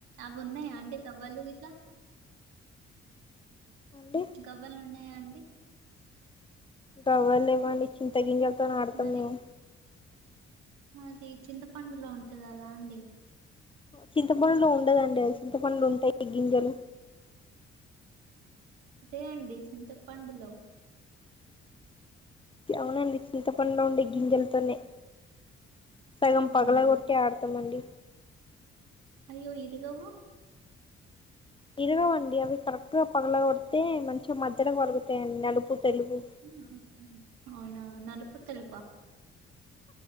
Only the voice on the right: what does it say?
అవి ఉన్నాయా అండి గవ్వలు ఇట్లా
గవ్వలు ఉన్నాయా డి
మరి
అది చింతపండులో ఉంటది అదా అండి
అదే అండి చింత పండులో
అవునా
అయ్యో ఇరుగవు.
ఆ! అవునా నలుపు తెలుపా